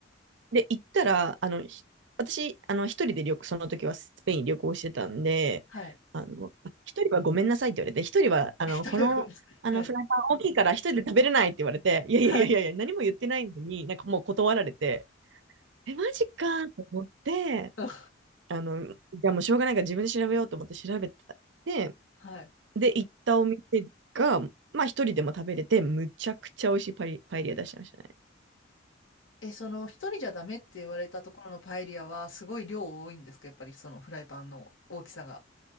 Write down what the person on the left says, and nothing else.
はい。
<laughs>
一人はごめんなさい。
はい、
はい。
うん
はい
え、その、一人じゃダメって言われたところのパエリアは、すごい量多いんですかやっぱりそのフライパンの大きさが。